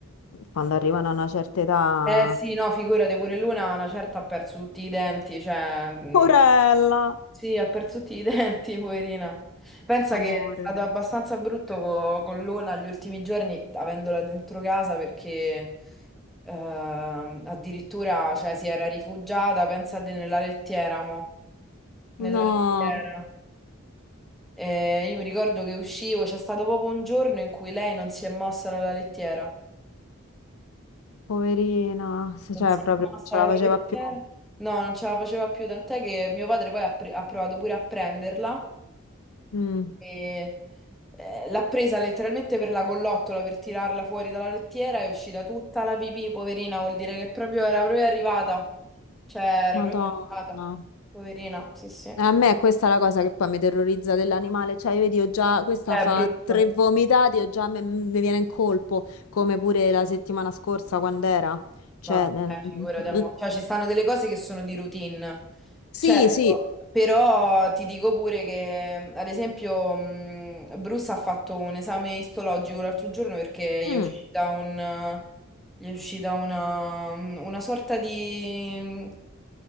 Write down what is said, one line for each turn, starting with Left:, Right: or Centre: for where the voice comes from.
Left: quando arrivano a una certa età...
Centre: Eh sì, no, figurati, pure Luna una certa ha perso tutti i denti, cioè, mh,
Left: Porella!
Centre: sì, ha perso tutti i <laughs> denti, poverina. Pensa
Left: Amore.
Centre: che è stato abbastanza brutto co- con Luna gli ultimi giorni, avendola dentro casa, perché ehm, addirittura, cioè, si era rifugiata, pensate, nella lettiera, mo, nella
Left: No,
Centre: lettiera. E io mi ricordo che uscivo, c'è stato proprio un giorno in cui lei non si è mossa dalla lettiera.
Left: poverina, se-
Centre: Non
Left: cioè
Centre: si
Left: proprio
Centre: è mossa
Left: non ce la
Centre: la
Left: faceva
Centre: lettiera?
Left: più.
Centre: No, non ce la faceva più, tant'è che mio padre poi ha, pre- ha provato pure a prenderla
Left: Mm,
Centre: e eh, l'ha presa letteralmente per la collottola per tirarla fuori dalla lettiera, è uscita tutta la pipì, poverina, vuol dire che proprio era proprio arrivata. Cioè, era
Left: Madonna.
Centre: proprio arrivata. Poverina, sì, sì.
Left: A me questa è la cosa che poi mi terrorizza dell'animale, cioè vedi, ho già, questa
Centre: È
Left: fa
Centre: brutto.
Left: tre vomitati, ho già, me- mi viene in colpo, come pure la settimana scorsa quando era. Cioè,
Centre: Vabbè,
Left: eh, mm,
Centre: figurati, amore. Cioè, ci stanno delle cose che sono di routine,
Left: sì,
Centre: certo,
Left: sì,
Centre: però ti dico pure che, ad esempio, mh, Bruce ha fatto un esame istologico l'altro giorno perché
Left: Mm,
Centre: gli è uscita un, gli è uscita una, una sorta di...